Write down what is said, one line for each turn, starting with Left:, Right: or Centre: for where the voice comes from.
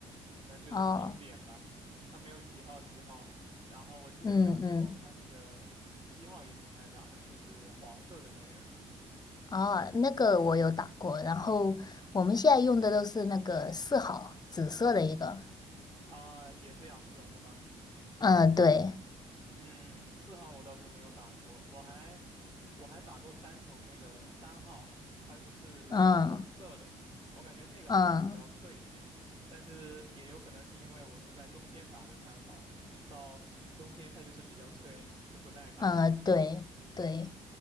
Right: 可能就是经典吧。
Left: 哦，
Right: 它没有几号几号，然后我记得雅诗龙它那个七号也挺耐打的，
Left: 嗯嗯，
Right: 就是黄色的那个
Left: 哦，那个我有打过，然后我们现在用的都是那个四号，紫色的一个，
Right: 啊，也是雅诗龙的吗？
Left: 嗯，对，
Right: 嗯，四号我倒是没有打过，我还我还打过三筒那个三号，它是红色的，
Left: 嗯
Right: 我感觉那个好像比较脆一点，
Left: 嗯
Right: 但是也有可能是因为我是在冬天打的三号，你知道冬天它就是比较脆，就不耐打嘛。
Left: 嗯，对对，